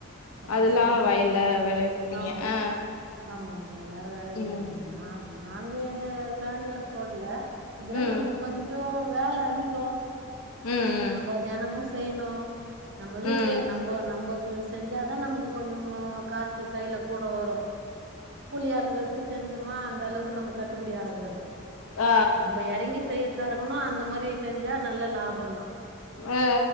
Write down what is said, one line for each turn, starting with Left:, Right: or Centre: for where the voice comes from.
Right: அப்புறோ
Left: அதெல்லா
Right: சாமந்தி
Left: வயல்ல விளவிப்பீங்க
Right: ஆமா
Left: ஆ
Right: ஆமா ஆமா எல்லாரும விளைவிக்கிறது
Left: ம்
Right: நா நாங்க எங்க காணில போடல அதுலா
Left: ம்
Right: நம்ம கொஞ்சோ வேலை அதிகோ
Left: ம்
Right: நம்ம தெனமு செய்யுணு நம்ம வீட்லயே
Left: ம்
Right: நம்போ நம்பக் கொஞ்சோ செஞ்சாதா நமக்கு கொஞ்சமா காசு கையில கூட வரும் கூலியாள் வச்சு செஞ்சோமா அந்த அளவுக்கு நம்ம கட்டுபடி ஆகாது
Left: ஆ
Right: நம்ம இறங்கி செ செய்றதா இருக்கணு அந்த மாதிரி செஞ்சா நல்ல லாபம் தா
Left: ஆ